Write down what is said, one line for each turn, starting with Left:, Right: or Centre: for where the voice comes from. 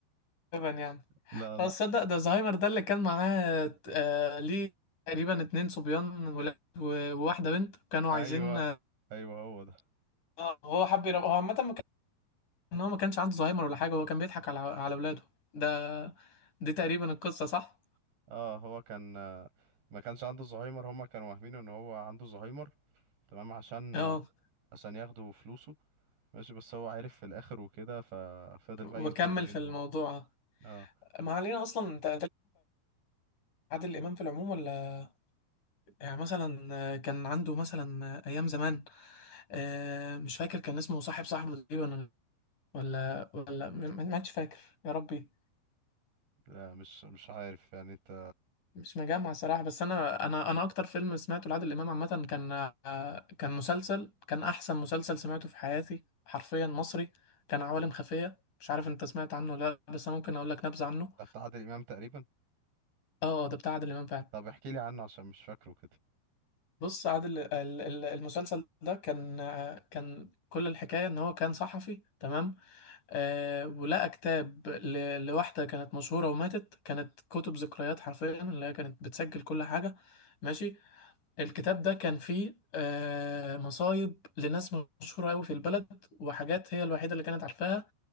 Left: تقريبا يعني
Right: لا لا
Left: اه تصدق ده زهايمر ده اللي كان معاه آه، ليه تقريبا اتنين صبيان ولاد و- وواحده بنت كانوا
Right: ايوه
Left: عايزين آه،
Right: ايوه هو ده
Left: آه، هو حب يرب هو عامه ما كان ان هو ما كانش عنده زهايمر ولا حاجه هو كان بيضحك على على اولاده ده دي تقريبا القصه صح
Right: اه هو كان آه، ما كانش عنده زهايمر هما كانوا واهمينه ان هو عنده زهايمر تمام عشان
Left: اه
Right: آه، عشان ياخدوا فلوسه ماشي بس هو عارف في الاخر وكده ففضل
Left: وكمل
Right: بقى ينتقم منهم
Left: في الموضوع
Right: اه
Left: ما علينا اصلا انت عادل إمام في العموم ولا يعني مثلا كان عنده مثلا أيام زمان آه، مش فاكر كان اسمه صاحب صاحبه تقريبا ولا ولا ما ما ما عادش فاكر يا ربي
Right: لا مش مش عارف يعني انت
Left: مش مجمع صراحة بس أنا أنا أنا أكتر فيلم سمعته لعادل إمام عامة كان آه، كان مسلسل كان أحسن مسلسل سمعته في حياتي حرفيا مصري كان عوالم خفية مش عارف أنت سمعت عنه ولا لأ بس أنا ممكن أقول لك نبذة عنه
Right: ده بتاع عادل امام تقريبا
Left: أه ده بتاع عادل إمام فعلا
Right: طب احكي لي عنه عشان مش فاكره كده
Left: بص عادل ال- ال- المسلسل ده كان كان كل الحكاية ان هو كان صحفي تمام آه ولقى كتاب ل- لواحدة كانت مشهورة وماتت كانت كتب ذكريات حرفيا اللي هي كانت بتسجل كل حاجة ماشي الكتاب ده كان فيه آه مصايب لناس مشهورة قوي في البلد وحاجات هي الوحيدة اللي كانت عارفاها